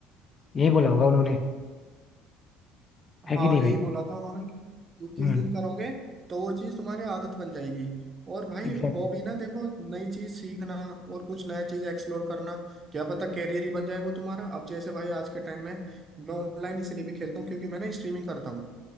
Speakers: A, on the left; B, on the right.
A: यही बोला होगा उन्होंने है
B: हाँ
A: कि नहीं
B: यही
A: भाई
B: बोला था उन्होंने कि किस
A: हम्म
B: दिन करोगे तो वो चीज तुम्हारी आदत बन जाएगी और भाई
A: एग्जैक्टली
B: हॉबी ना देखो नई चीज सीखना और कुछ नया चीज एक्सप्लोर करना क्या पता कैरियर ही बन जाए वो तुम्हारा अब जैसे भाई आज के टाइम में मैं ऑनलाइन इसलिए भी खेलता हूँ क्योंकि मैं ना स्ट्रीमिंग करता हूँ